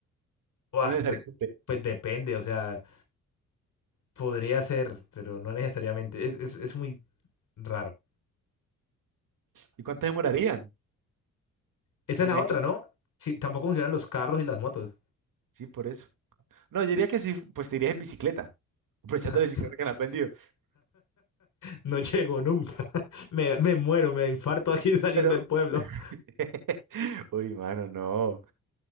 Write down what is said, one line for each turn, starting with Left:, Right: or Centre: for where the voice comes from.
Left: Buah,
Right: no necesariamente.
Left: pues, pues depende, o sea, podría ser, pero no necesariamente. Es, es, es muy raro.
Right: ¿Y cuánto demorarían?
Left: Esa
Right: ¿Tenés
Left: es la otra,
Right: que hacer-
Left: ¿no? Sí, tampoco funcionan los carros y las motos.
Right: Sí, por eso. No, yo diría que sí, pues te irías en bicicleta, aprovechando
Left: <laughs>
Right: la bicicleta que han aprendido.
Left: No llego nunca. <laughs> Me, me muero, me infarto aquí <laughs> saliendo
Right: Pero,
Left: del pueblo.
Right: <laughs> uy, mano, no.